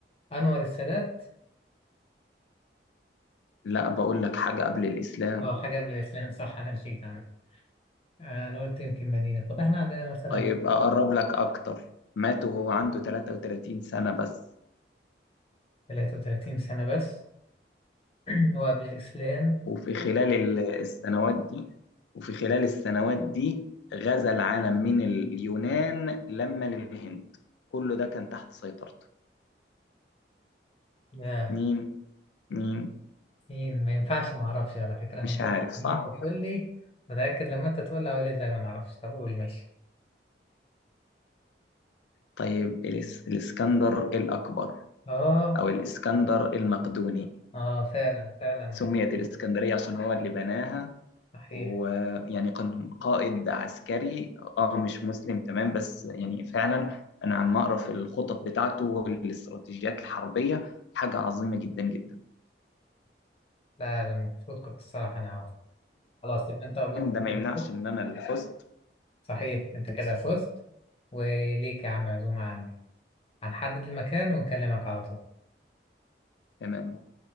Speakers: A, on the left (about 30°); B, on the left (about 80°).
A: أنور السادات
B: لا بقول لك حاجة قبل الإسلام
A: اه حاجة قبل الإسلام صح أنا نسيت عنه آه أنا قلت يمكن مدينة طب احنا عندنا مثلا
B: طيب أقرب لك أكتر مات وهو عنده 33 سنة بس
A: 33 سنة بس <clears throat> وقبل الإسلام
B: وفي خلال ال- السنوات دي وفي خلال السنوات دي غزا العالم من اليونان لما للهند كله ده كان تحت سيطرته
A: يا
B: مين مين
A: مين ما ينفعش ما أعرفش على فكرة أنا
B: مش عارف صح
A: متأكد لما أنت تقول لي متأكد لما أنت تقول لي هقول إزاي ما نعرفش طب قول ماشي
B: طيب الإس... الإسكندر الأكبر
A: اه
B: أو الإسكندر المقدوني
A: اه فعلا فعلا
B: سميت الإسكندرية عشان هو اللي بناها
A: صحيح
B: ويعني كان قائد عسكري اه مش مسلم تمام بس يعني فعلا انا عم اقرا في الخطط بتاعته والاستراتيجيات الحربيه حاجه عظيمه جدا جدا
A: لا لا، المفروض كنت الصراحة أنا أعرف خلاص يبقى أنت أظن
B: ده
A: أنت
B: ما
A: كده
B: يمنعش
A: فزت
B: ان انا اللي فزت
A: صحيح أنت كده فزت وليك يا عم عزومة عندي هنحدد المكان ونكلمك على طول
B: تمام